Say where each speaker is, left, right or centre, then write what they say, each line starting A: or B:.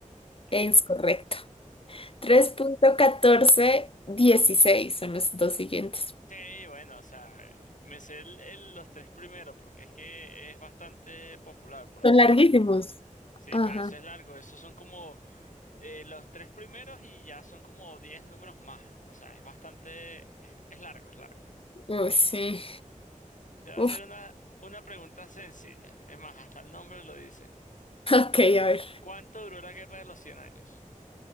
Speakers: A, on the left; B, on the left.
A: Eh,
B: Es correcto. Tres
A: es-
B: punto catorce dieciséis son los dos siguientes.
A: Sí, bueno, o sea, me sé el- el- los tres primeros porque es que es bastante popular, por así
B: Son larguísimos.
A: decirlo. Sí,
B: Ajá.
A: pero eso es largo, esos son como eh, los tres primeros y ya son como 10 números más. O sea, es bastante, es, es largo, es largo.
B: Uy, sí.
A: Te voy a
B: Uf,
A: hacer una, una pregunta sencilla. Es más, hasta el nombre lo dice.
B: <laughs> ok, a ver.
A: ¿Cuánto duró la Guerra de los Cien años?